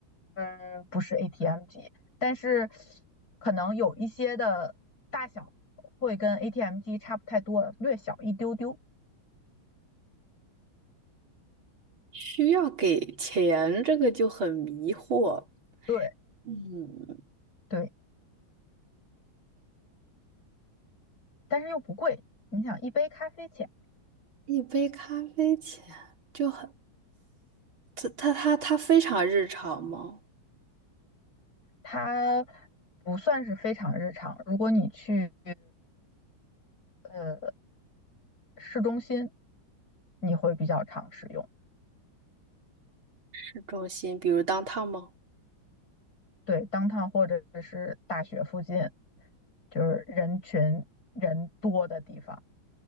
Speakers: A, on the left (about 45°); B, on the right (about 80°).
A: 嗯，不是 ATM 机，但是可能有一些的大小会跟 ATM 机差不太多，略小一丢丢。
B: 需要给钱，这个就很迷惑。
A: 对
B: 嗯，
A: 对，但是又不贵。你想，一杯咖啡钱。
B: 一杯咖啡钱就很，它它它它非常日常吗？
A: 它不算是非常日常。如果你去呃市中心，你会比较常使用。
B: 市中心，比如当 o w 吗？
A: 对，downtown 或者是大学附近，就是人群人多的地方，